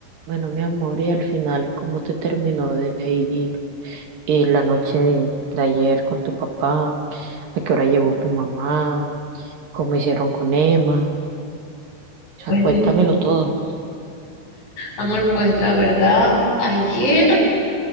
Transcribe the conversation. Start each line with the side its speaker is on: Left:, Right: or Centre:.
Right: Bueno, mi amor, y al final, ¿cómo te terminó de ir eh, la noche de, de ayer con tu papá? ¿A qué hora llegó tu mamá? ¿Cómo hicieron con Emma? O
Left: Pues,
Right: sea, cuéntamelo todo.
Left: amor, pues la verdad, ayer,